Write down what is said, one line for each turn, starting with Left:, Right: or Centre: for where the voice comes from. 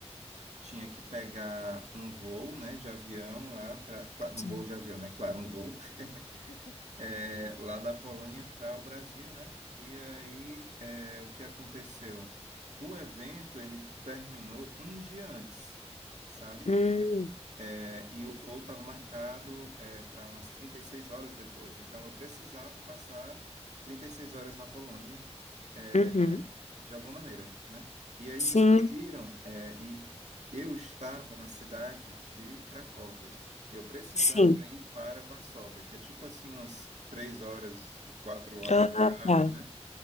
Right: tinha que pegar um voo, né, de avião lá para um
Left: <laughs> Sim.
Right: voo de avião, né? Claro, um voo. <laughs> é, lá da Polônia para o Brasil, né? E aí, é, o que aconteceu? O evento ele terminou um dia antes, sabe?
Left: Uhum.
Right: É, e o voo estava marcado é, para umas 36 horas depois. Então, eu precisava passar 36 horas na Polônia, é,
Left: Uhum.
Right: de alguma maneira, né? E aí
Left: Sim,
Right: descobriram, é, e eu estava na cidade de Cracóvia. Eu precisava
Left: sim.
Right: ir para Varsóvia, que é tipo assim umas três horas de quatro horas
Left: Ah,
Right: de carro,
Left: tá.
Right: né?